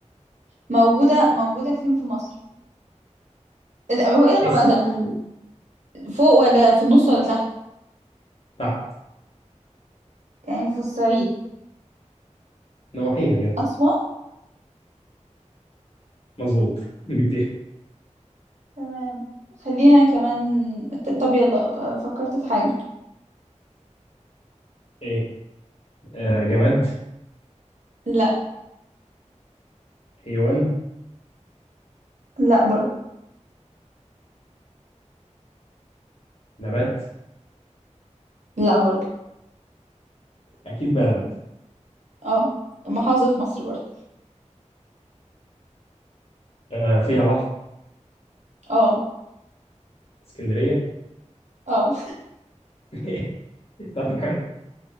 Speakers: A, on the right; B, on the left.
A: موجودة موجودة فين في مصر لا، هو الغى
B: تحسيها
A: بقى ده فوق ولا في النص ولا تحت
B: تحت
A: يعني في الصعيد
B: نواحيها كده
A: أسوان
B: مظبوط <laughs> جبتيها
A: تمام خلينا كمان ت- طب يلا آه، فكرت في حاجة
B: ايه آه جماد
A: لا
B: حيوان
A: لا برضه
B: نبات
A: لا برضه
B: اكيد بلد
A: اه محافظة في مصر برضه
B: آه فيها بحر
A: اه
B: اسكندرية
A: اه
B: <laughs> طب يعني